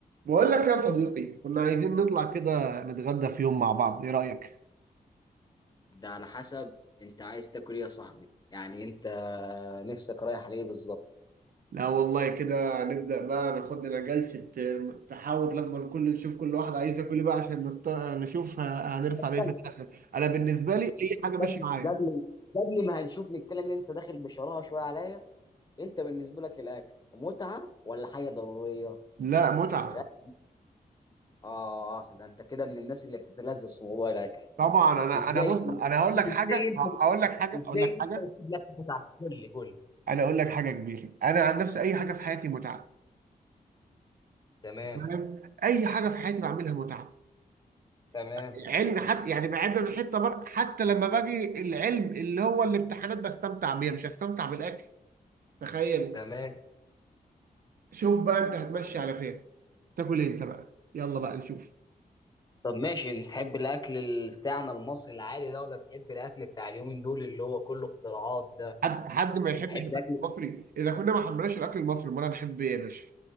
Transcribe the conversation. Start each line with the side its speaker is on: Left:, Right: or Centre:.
Right: بقول لك يا صديقي كنا عايزين نطلع كده نتغدى في يوم مع بعض ايه رأيك؟
Left: ده على حسب انت عايز تاكل ايه يا صاحبي يعني انت نفسك رايح ليه بالظبط
Right: لا والله كده نبدأ بقى ناخد لنا جلسة آه، تحاور لازم كل نشوف كل واحد عايز ياكل ايه بقى عشان نست... نشوف ه- هنرسى
Left: قبل
Right: على ايه في الآخر انا بالنسبة لي اي حاجة ماشية
Left: قبل
Right: معايا
Left: قبل قبل ما هنشوف نتكلم ان انت داخل بشراهه شويه عليا انت بالنسبه لك الاكل متعه ولا حاجه ضروريه
Right: لا متعة
Left: الاكل اه ده انت كده من الناس اللي بتتلذذ في موضوع الاكل
Right: طبعا انا
Left: ازاي
Right: انا بص انا هقول
Left: ازاي
Right: لك حاجة
Left: انت
Right: اقول لك حاجة
Left: ازاي
Right: اقول لك حاجة
Left: انت بتسيب لك متعه قول لي قول لي
Right: انا اقول لك حاجة كبيرة انا عن نفسي اي حاجة في حياتي متعة
Left: تمام
Right: تمام؟ اي حاجة في حياتي بعملها متعة
Left: تمام
Right: العلم حتى يعني بعيدا عن الحته بر... حتى لما باجي العلم اللي هو الامتحانات بستمتع بيها مش هستمتع بالاكل تخيل
Left: تمام
Right: شوف بقى انت هتمشي على فين تاكل ايه انت بقى يلا بقى نشوف
Left: طب ماشي انت تحب الاكل ال- بتاعنا المصري العادي ده ولا تحب الاكل بتاع اليومين دول اللي هو كله اختراعات ده
Right: حد حد ما يحبش
Left: تحب
Right: الاكل
Left: الاكل
Right: المصري اذا كنا ما حبيناش الاكل المصري امال هنحب ايه يا باشا